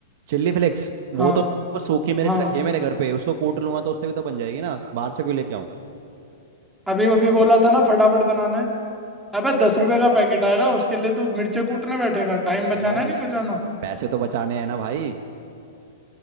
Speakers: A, on the right (about 40°); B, in the centre.
A: chilli flakes
B: हाँ
A: वो तो वो सूखी मिर्च
B: हाँ
A: रखी है मेरे घर पे उसको कूट लूंगा तो उससे भी तो बन जाएगी ना बाहर से क्यों लेके आऊं
B: अभी अभी बोला था ना फटाफट बनाना है अबे दस रुपए का पैकेट आएगा उसके लिए तू मिर्चे कूटने बैठेगा टाइम
A: अरे
B: बचाना
A: यार
B: है नहीं बचाना
A: पैसे तो बचाने हैं ना भाई